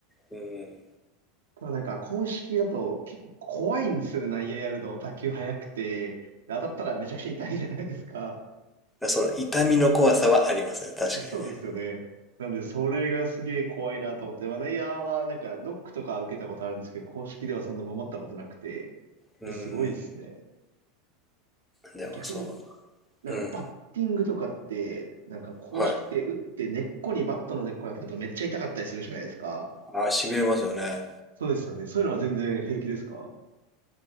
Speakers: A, in the centre; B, on the right.
A: うん。
B: ただなんか、公式だと結構怖いんですよね、内野やるの。打球速くて。で当たったらめちゃくちゃ痛いじゃないですか。
A: その痛みの怖さはありますね。確かにね。
B: <laughs> そうですよね。なんで、それがすげえ怖いなと思って、まあ、内野はなんかノックとか受けたことあるんですけど、公式ではそんな守ったことなくて、
A: うん。
B: いやすごいですね。
A: うん。でもそ
B: 逆になんかバッティングとかって、
A: う。うん。
B: なんか公式って打って根っこにバットの根っこに当たるとめっちゃ痛かったりするじゃないですか。
A: はい。ああ、痺れますよね。
B: そうですよね。そういうのは全然平気ですか